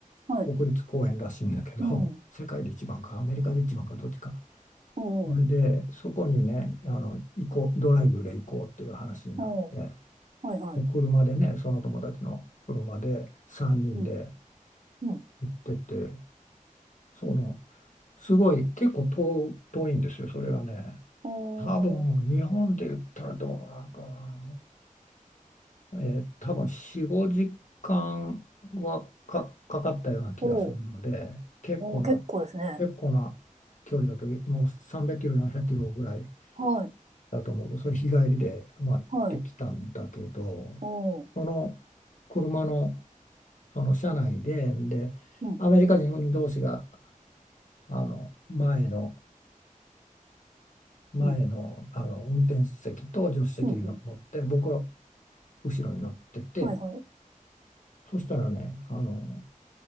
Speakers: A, on the right (about 55°); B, on the left (about 60°).
A: はい、
B: 国立公園らしいんだけど世界で一番かアメリカで一番かどっちか
A: うん、おー、
B: それで、そこにね、あの、行こう、ドライブで行こうっていう話になって、
A: おー、はい、はい。
B: で、車でね、その友達の車で3人で
A: うん、うん、
B: 行ってて、その、すごい、結構遠、遠いんですよ、それがね。
A: おー、
B: 多分、日本で言ったらどうなんかな、もうえー多分4、5時間はか、かかったような気がするので、
A: おー、
B: 結構な、
A: おー、結構ですね。
B: 結構な距離だと、もう300キロ、400キロぐらい。
A: はい、
B: だと思うけど、それ日帰りで、まあ、行ってきたんだけど、
A: はい、おー、
B: その車の、その車内で、で、
A: うん、
B: アメリカ人同士があの前の、前の、
A: うん、
B: あの運転席と助手席に乗って、
A: うん、うん。
B: 僕は後ろに乗ってて、
A: はいはい。
B: そしたらね、あの